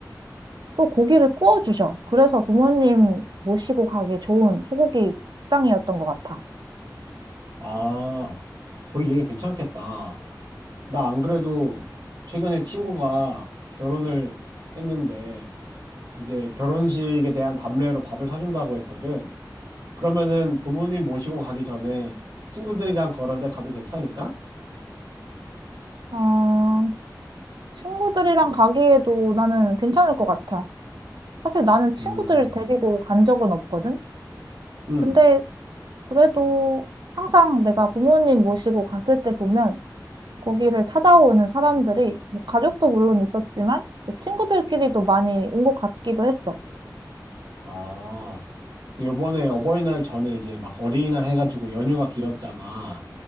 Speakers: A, on the right; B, on the right.
A: 또 고기를 구워 주셔. 그래서 부모님 모시고 가기 좋은 소고기 식당이었던 것 같아.
B: 아, 거기 얘기 괜찮겠다. 나 안 그래도 최근에 친구가 결혼을 했는데 이제 결혼식에 대한 답례로 밥을 사준다고 했거든. 그러면은 부모님 모시고 가기 전에 친구들이랑 그런 데 가도 괜찮을까?
A: 어, 친구들이랑 가기에도 나는 괜찮을 것 같아. 사실 나는 친구들을
B: 음,
A: 데리고 간 적은 없거든.
B: 음.
A: 근데 그래도 항상 내가 부모님 모시고 갔을 때 보면 거기를 찾아오는 사람들이 가족도 물론 있었지만 친구들끼리도 많이 온 것 같기도 했어.
B: 아, 근데 요번에 어버이날 전에 이제 막 어린이날 해가지고 연휴가 길었잖아.